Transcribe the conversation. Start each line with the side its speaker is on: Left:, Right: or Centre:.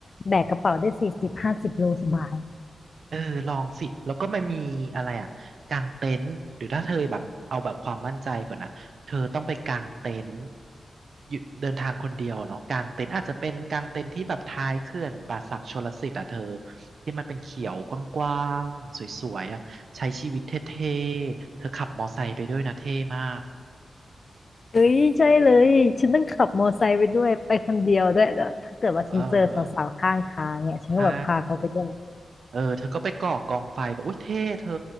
Left: แบกกระเป๋าได้สี่สิบห้าสิบโลสบาย
Right: เออลองสิแล้วก็มันมีอะไรอ่ะกางเต็นท์หรือถ้าเธอแบบเอาแบบความมั่นใจก่อนนะเธอต้องไปกางเต็นท์หยุดเดินทางคนเดียวเนาะกางเต็นท์อาจจะเป็นกางเต็นท์ที่แบบท้ายเขื่อนป่าสักชลสิทธิ์อ่ะเธอที่มันเป็นเขียวกว้างๆสวยๆอ่ะใช้ชีวิตเท่ๆเธอขับมอไซค์ไปด้วยนะเท่มาก
Left: เอ้ยใช่เลยฉันต้องขับมอไซค์ไปด้วยไปคนเดียวด้วยแล้วถ้าเกิดว่าฉันเจอสาวๆข้างทางเนี่ยฉันก็แบบพาเขาไปด้วย
Right: เออใช่ เออเธอก็ไปก่อกองไฟบอกอุ้ยเท่เธอ